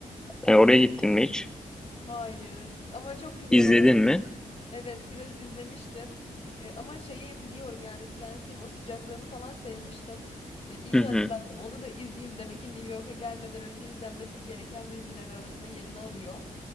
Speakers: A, in the centre; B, on the left.
A: E, oraya gittin mi hiç?
B: Hayır. Ama çok güzel
A: İzledin mi?
B: Evet biraz izlemiştim. E, ama şeyi biliyorum yani Friends'in o sıcaklığını falan sevmiştim. E, iyi
A: Hı
B: de
A: hı.
B: hatırlattın. Onu da izleyeyim. Demek ki New York'a gelmeden önce izlenmesi gereken diziler arasında yerini alıyor.